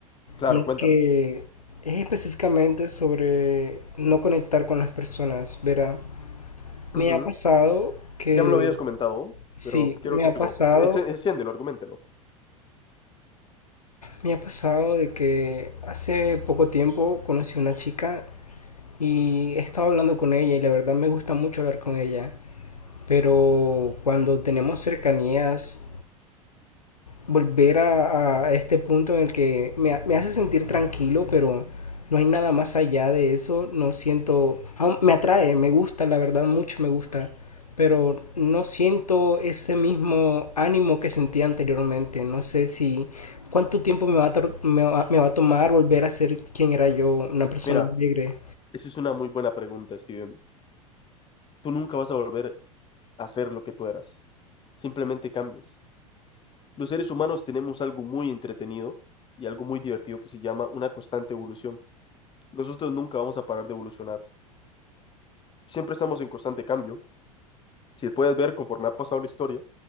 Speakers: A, on the left; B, on the left.
A: Claro,
B: Y es
A: cuéntame.
B: que es específicamente sobre no conectar con las personas, verá. Me
A: Ujú.
B: ha pasado que,
A: Ya me lo habías comentado,
B: sí,
A: pero quiero
B: me
A: que
B: ha
A: lo...
B: pasado,
A: que ence- Enciéndelo, argumentelo.
B: me ha pasado de que hace poco tiempo conocí a una chica y he estado hablando con ella y la verdad me gusta mucho hablar con ella, pero cuando tenemos cercanías volver a, a este punto en el que me, me hace sentir tranquilo, pero no hay nada más allá de eso. No siento, aún me atrae, me gusta, la verdad, mucho me gusta, pero no siento ese mismo ánimo que sentía anteriormente. No sé si cuánto tiempo me va a, tor- me va- me va a tomar volver a ser quien era yo, una persona
A: Mira,
B: alegre.
A: esa es una muy buena pregunta, Steven. Tú nunca vas a volver a ser lo que tú eras. Simplemente cambias. Los seres humanos tenemos algo muy entretenido y algo muy divertido que se llama una constante evolución. Nosotros nunca vamos a parar de evolucionar. Siempre estamos en constante cambio. Si puedes ver, conforme ha pasado la historia,